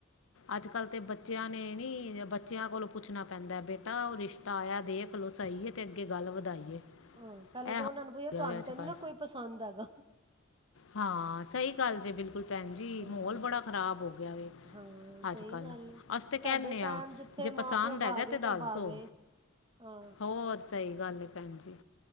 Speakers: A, on the left; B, on the right.
A: ਅੱਜ ਕੱਲ ਤੇ ਬ ਬੱਚਿਆਂ ਨੇ ਨੀ ਬੱਚਿਆਂ ਕੋਲੋਂ ਪੁੱਛਣਾ ਪੈਂਦਾ ਬੇਟਾ ਤਾਂ ਉ ਰਿਸ਼ਤਾ ਆਇਆ ਦੇਖ ਚਲੋ ਸਹੀ ਅਤੇ ਅੱਗੇ ਗੱਲ ਵਧਾਈਏ
B: ਹਾਂ ਪਹਿਲਾਂ
A: ਇਹ
B: ਤਾਂ
A: ਹੋ
B: ਉਹਨਾ ਨੂੰ ਕਹੀਏ
A: ਗਿਆ
B: ਤੁਹਾਨੂੰ
A: ਵੇ ਅੱਜ
B: ਤੇ ਨੀ
A: ਕੱਲ
B: ਨਾ ਕੋਈ ਪਸੰਦ ਹੈਗਾ
A: ਹਾਂ ਸਹੀ ਗੱਲ ਜੇ ਬਿਲਕੁਲ ਬਿਲਕੁਲ ਭੈਣ ਜੀ
B: ਹਾਂ।
A: ਮਾਹਲ ਬੜਾ ਖ਼ਰਾਬ ਹੋ ਗਿਆ ਵ
B: ਹਾਂ
A: ਅੱਜ
B: ਸਹੀ
A: ਕੱਲ
B: ਗੱਲ ਹੈ।
A: ਅਸੀ ਤੇ ਕਹਿੰਦੇ
B: ਸਾਡੇ ਟਾਈਮ
A: ਆ
B: ਜਿੱਥੇ
A: ਜੇ
B: ਮਾਂ
A: ਪਸੰਦ
B: ਪਿਓ ਬਾਹ
A: ਹੈਗਾ
B: ਗਏ
A: ਤੇ ਦੱਸ
B: ਬਾਹ
A: ਦੋ
B: ਗਏ ਹਾਂ।
A: ਹੋਰ ਸਹੀ ਗੱਲ ਭੈਣ ਜੀ